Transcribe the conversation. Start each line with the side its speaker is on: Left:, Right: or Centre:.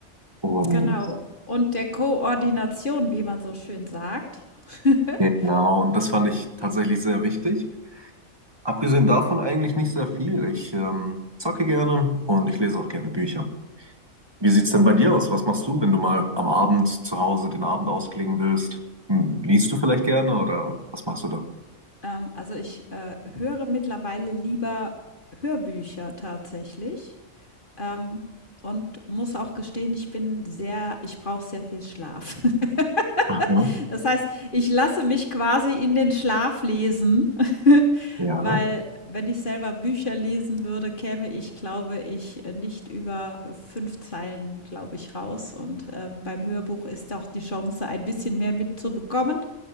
Right: Und
Left: genau. Und der Koordination, wie man so schön sagt. <laughs>
Right: genau, und das fand ich tatsächlich sehr wichtig. Abgesehen davon eigentlich nicht sehr viel. Ich ähm, zocke gerne und ich lese auch gerne Bücher. Wie sieht's denn bei dir aus? Was machst du, wenn du mal am Abend zu Hause den Abend ausklingen willst? Hm, Liest du vielleicht gerne oder was machst du da?
Left: Ähm, also ich, äh, höre mittlerweile lieber Hörbücher tatsächlich. ähm, und muss auch gestehen, ich bin sehr ich brauche sehr viel Schlaf. <laughs>
Right: Aha,
Left: Das heißt, ich lasse mich quasi in den Schlaf lesen, <laughs>
Right: ja.
Left: weil wenn ich selber Bücher lesen würde, käme ich, glaube ich, nicht über 5 Zeilen, glaube ich, raus und, ähm, beim Hörbuch ist auch die Chance, ein bisschen mehr mitzubekommen,